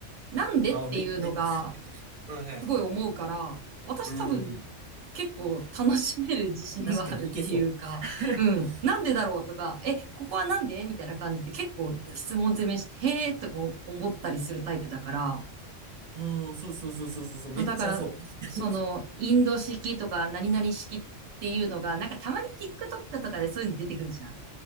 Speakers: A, on the right; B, on the right.
A: なんでっていうのが、
B: あ、め、めっちゃ。<laughs> うん、はい。
A: すごい思うから、私多分
B: うん。
A: 結構楽しめる自信はあるっていうか、
B: 確かにいけそう。<laughs>
A: うん、なんでだろうとか、え、ここはなんでみたいな感じで結構質問攻めして、
B: いや、そ
A: へーとか思ったりするタイプだから、
B: う、うん、そうそうそうそうそう、そう、めっちゃそう。
A: そうだから、
B: <laughs>
A: その、インド式とか何々式っていうのが、なんかたまに TikTok とかでそういうの出てくるじゃん。